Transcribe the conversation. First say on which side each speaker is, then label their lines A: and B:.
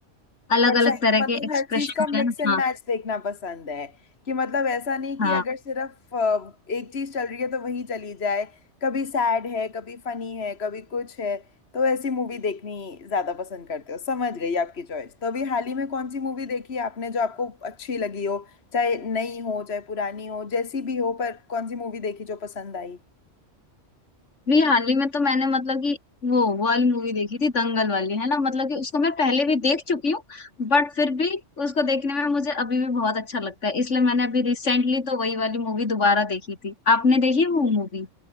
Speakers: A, on the left; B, on the left.
A: अलग
B: अच्छा
A: अलग तरह
B: तो मतलब
A: के एक्सप्रेशन
B: हर चीज का
A: होते
B: मिक्स
A: हैं ना
B: एंड
A: हाँ
B: मैच देखना पसंद है कि मतलब ऐसा नहीं कि
A: हाँ
B: अगर सिर्फ अ, एक चीज चल रही है तो वही चली जाए कभी सैड है कभी फनी है कभी कुछ है तो ऐसी मूवी देखनी ज्यादा पसंद करते हो समझ गई आपकी चॉइस तो अभी हाल ही में कौन सी मूवी देखी है आपने जो आपको अच्छी लगी हो चाहे नई हो चाहे पुरानी हो जैसी भी हो पर कौन सी मूवी देखी जो पसंद आई
A: भी हाल ही में तो मैंने मतलब कि वो वो वाली मूवी देखी थी दंगल वाली है ना मतलब कि उसको मैं पहले भी देख चुकी हूँ बट फिर भी उसको देखने में मुझे अभी भी बहुत अच्छा लगता है इसलिए मैंने अभी रिसेंटली तो वही वाली मूवी दोबारा देखी थी आपने देखी वो मूवी